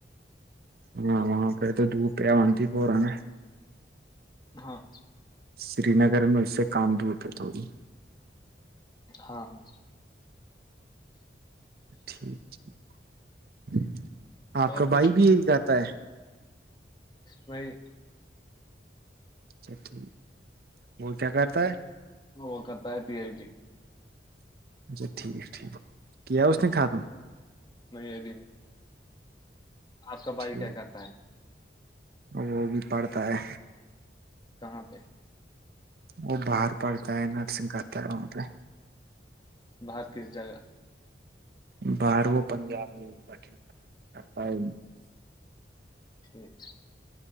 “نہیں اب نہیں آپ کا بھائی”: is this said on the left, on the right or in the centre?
Left